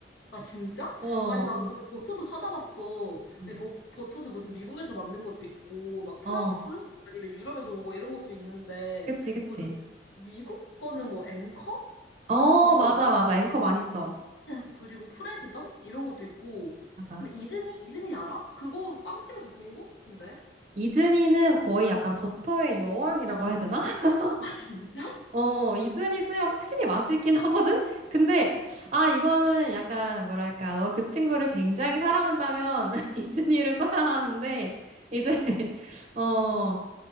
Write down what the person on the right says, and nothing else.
<laughs> 어.
음.
어,
그치, 그치.
어,
맞아,
맞아. 앵커 많이 써.
맞아.
이즈니는 거의 약간 버터의 여왕이라고 해야 되나? <laughs>
어, 이즈니 쓰면 확실히 맛있긴 하거든? 근데, 아, 이거는 약간, 뭐랄까, 너 그 친구를 굉장히 사랑한다면 <laughs> 이즈니를 써야 하는데, 이제, <laughs> 어,